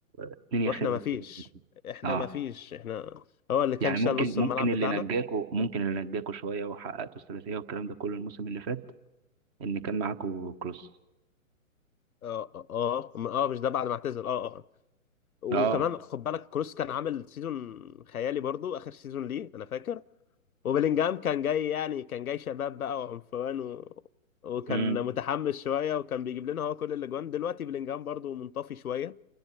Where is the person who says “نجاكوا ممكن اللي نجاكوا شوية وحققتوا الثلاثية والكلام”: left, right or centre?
Right